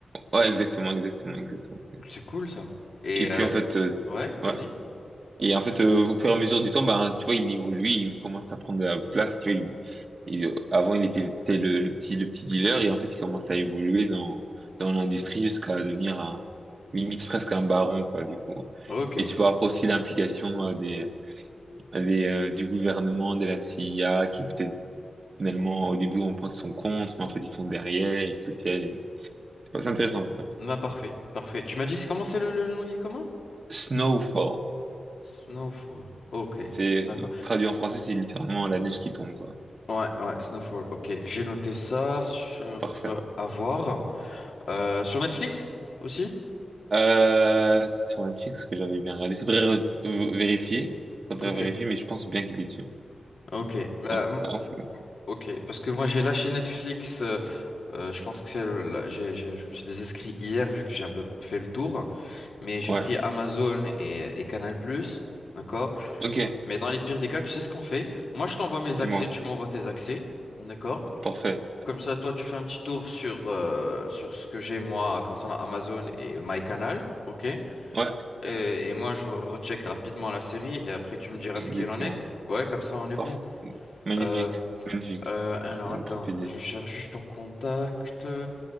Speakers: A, on the right (about 40°); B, on the left (about 70°).
A: ouais exactement exactement exactement
B: C'est cool ça. Et
A: Et
B: euh,
A: puis en fait, euh,
B: ouais,
A: ouais.
B: vas-y.
A: Et en fait, euh, au fur et à mesure du temps, ben, tu vois, il évolue, il commence à prendre de la place. Tu vois, il- il- euh, avant, il était, c'était le, le petit, le petit dealer, et en fait, il commence à évoluer dans, dans l'industrie jusqu'à devenir un, limite presque un baron, quoi, du coup.
B: Ok.
A: Et tu vas avoir aussi l'implication euh, des, des, euh, du gouvernement, de la CIA, qui peut-être finalement, au début, on pense qu'ils sont contre, mais en fait, ils sont derrière, ils soutiennent. C'est pas- c'est intéressant.
B: Bah parfait, parfait. Tu m'as dit c'est- comment c'est le, le, le nom, il est comment?
A: Snowfall.
B: Snowfall. Ok,
A: C'est
B: d'accord.
A: traduit en français, c'est littéralement la neige qui tombe, quoi.
B: Ouais, ouais, Snowfall. Ok, j'ai noté ça sur
A: Parfait.
B: euh, à voir. Euh, sur Netflix aussi?
A: Euh, c'est sur Netflix que j'avais bien regardé. Faudrait re- v- vérifier. Faudrait
B: Ok,
A: vérifier, mais je pense bien qu'il est dessus.
B: ok. Bah
A: Ouais.
B: m-
A: En fait, comme-
B: ok, parce que moi j'ai lâché Netflix. euh, euh, je pense que c'est le- là, j'ai, j'ai- je me suis désinscrit hier vu que j'ai un peu fait le tour. mais j'ai
A: ouais.
B: pris Amazon et, et Canal+, d'accord?
A: Ok.
B: Mais dans les pires des cas, tu sais ce qu'on fait? Moi, je t'envoie mes
A: Dis-moi.
B: accès, tu m'envoies tes accès, d'accord?
A: Parfait.
B: Comme ça, toi, tu fais un petit tour sur, euh, sur ce que j'ai, moi, concernant Amazon et MyCanal, ok? Et,
A: Ouais.
B: et moi, je recheck rapidement la série et après, tu me diras
A: Exactement.
B: ce qu'il en est. Ouais, comme ça, on est
A: Parfait.
B: bon.
A: Magnifique.
B: Euh,
A: Magnifique.
B: euh, alors
A: C'est
B: attends,
A: une propre idée.
B: je cherche juste ton contact.